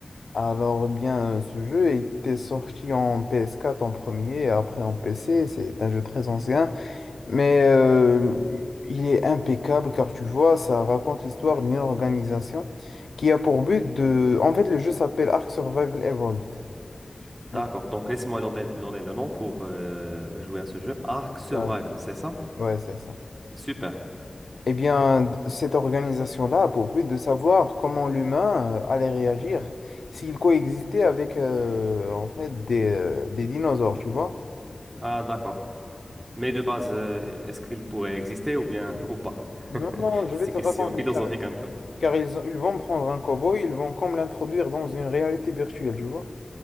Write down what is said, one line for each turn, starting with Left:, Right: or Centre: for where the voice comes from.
Left: Alors, eh bien, euh, ce jeu était sorti en PS4 en premier et après en PC. C'est un jeu très ancien. Mais euh, il est impeccable car tu vois, ça raconte l'histoire d'une organisation qui a pour but de... En fait, le jeu s'appelle Ark Survival Evolved. Les-
Right: D'accord, donc laisse-moi noter noter le nom pour euh, jouer à ce jeu. Ark Survival,
Left: la-
Right: c'est ça?
Left: Ouais, c'est ça.
Right: Super.
Left: Eh bien, d- cette organisation-là a pour but de savoir comment l'humain euh, allait réagir s'il coexistait avec euh, en fait des, euh, des dinosaures, tu vois.
Right: Ah, d'accord. Mais de base, euh, est-ce qu'il pourrait exister ou bien ou pas? <laughs>
Left: Non, non, je
Right: C'est
Left: vais te
Right: une question
Left: raconter
Right: philosophique
Left: car,
Right: un peu.
Left: car ils, ont- ils vont prendre un cow-boy, ils vont comme l'introduire dans une réalité virtuelle, tu vois.